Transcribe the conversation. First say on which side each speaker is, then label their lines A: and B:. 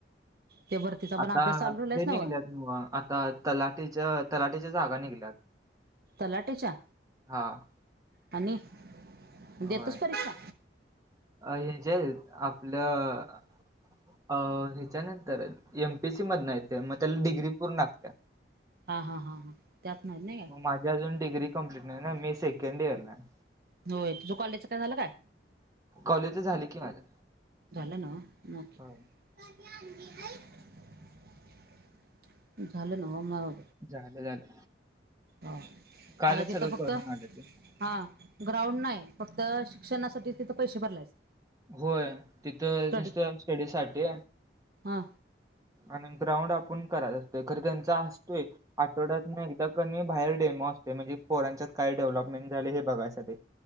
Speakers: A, on the right; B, on the right.
A: ते भरतीचा पण
B: आता
A: अभ्यास चालू राहिलायस
B: हे निघल्यात,
A: नव
B: म आता तलाठीच्या, तलाठीच्या जागा निघल्यात. <inaudible>
A: तलाठीच्या?
B: हां,
A: आणि देतोच
B: होय.
A: परीक्षा?
B: अ हे जे आपलं अ ह्याच्यानंतर एमपीएससी मधन आहेत त्या. मग त्याला डिग्री पूर्ण असत्या.
A: हा हा हा हा त्यात नाही नाही. काय
B: मग माझी अजून डिग्री कंप्लीट नाही ना. मी सेकंड इयरला आहे.
A: होय तुझं कॉलेजचं काय झालं काय?
B: कॉलेज तर झाली की माझं.
A: झाला ना? <unintelligible>
B: होय,
A: झालं नवं?
B: झालं झालं.
A: हा
B: कालच
A: आता तिथं
B: सगळं
A: फक्त
B: करून आलो ते.
A: हा ग्राउंड नाही फक्त शिक्षणासाठी तिथं पैसे भरलायस
B: होय तिथं
A: स्टडी
B: निसतं स्टडी साठी.
A: हा
B: आणि ग्राउंड आपूण करायचं खर त्यांचा असतोय आठवड्यात एक कणी बाहेर डेमो असतोय म्हणजे पोरांच्यात काय डेव्हलपमेंट झाली हे बघायसाठी.